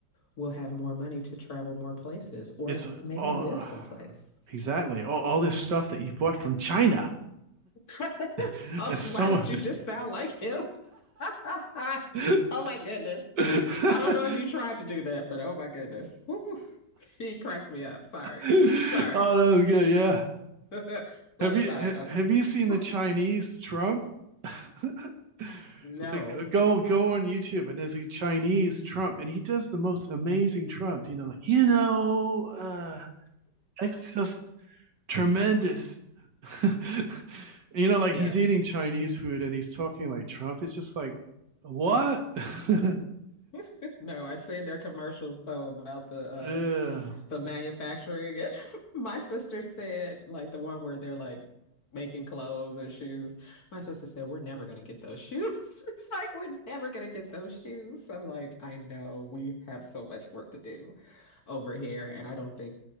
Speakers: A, on the left (about 50°); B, on the right (about 60°).
A: we'll have more money to travel more places, or
B: It's uh,
A: maybe
B: oh,
A: live someplace.
B: exactly all, all this stuff that you bought from China.
A: <laughs>
B: <laughs>
A: Oh,
B: It's so.
A: why did you just sound like him? <laughs>
B: <laughs>
A: Oh my goodness.
B: <laughs> oh,
A: I don't know if you tried to do that, but oh my goodness. Whew. He cracks me up. Sorry.
B: that
A: Sorry.
B: was good. Yeah.
A: <laughs> Let
B: Have
A: me
B: you
A: sorry.
B: ha-
A: Okay.
B: have you seen
A: Whew.
B: the Chinese Trump? <laughs>
A: No.
B: Like, go go on YouTube and there's a Chinese Trump and he does the most amazing Trump, you know, like, you know, uh it's just tremendous. <laughs> You know, like
A: Yeah.
B: he's eating Chinese food and he's talking like Trump. It's just like, what? <laughs>
A: <laughs> No, I've seen their commercials though about the uh
B: Yeah,
A: the manufacturing. <laughs> My sister said, like the one where they're like making clothes and shoes. My sister said, We're never gonna get those shoes. <laughs> It's like we're never gonna get those shoes. I'm like, I know we have so much work to do over here, and I don't think